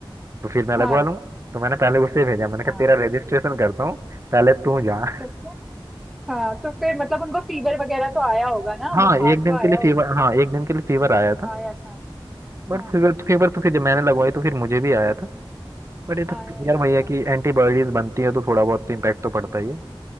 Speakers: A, on the right (about 35°); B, in the centre.
A: तो फिर मैं लगवा
B: हाँ
A: लूंगा तो मैंने पहले उसे भेजा मैंने कहा
B: हाँ
A: तेरा रजिस्ट्रेशन करता हूँ पहले तू जा
B: तो फिर हाँ तो फिर मतलब उनको फीवर वगैरह तो आया होगा ना
A: हाँ
B: बुखार
A: एक दिन
B: तो
A: के
B: आया
A: लिए
B: होगा
A: फीवर हाँ एक दिन के लिए फीवर आया था
B: आया था
A: बट
B: हाँ
A: फीवर तो फीवर तो फिर जब मैंने
B: फिर
A: लगवाई तो फिर मुझे भी आया था बट ये तो
B: आया ही
A: यार
B: होगा
A: भैया कि
B: हाँ
A: एंटीबॉडीज बनती है तो थोड़ा बहुत तो इम्पैक्ट तो पड़ता ही है